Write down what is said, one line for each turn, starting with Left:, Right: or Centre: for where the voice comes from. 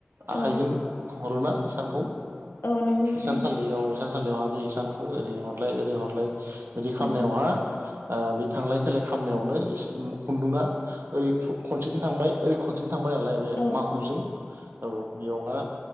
Right: आखाइजों
Left: औ
Right: हरोना इसानखौ
Left: औ नंगौ नोंथां
Right: इसान सालियाव थानसालियावहा बे हिसानखौ ओरै हरलाय ओरै हरलाय बिदि खालामनायावहा
Left: औ
Right: ओ बे थांलाय फैलाय खामनायावनो इस खुन्दुङा ओरै खनसेथि थांबाय ओरै खनसे थांबाय नालाय बे
Left: औ
Right: माखुजों औ बेयावहा